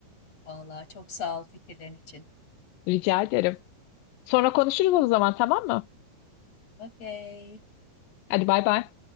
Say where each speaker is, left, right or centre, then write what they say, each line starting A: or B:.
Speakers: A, on the left; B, on the left.
A: Vallahi çok sağ ol fikirlerin için.
B: Rica ederim. Sonra konuşuruz o zaman tamam mı?
A: Okey.
B: Hadi bay bay.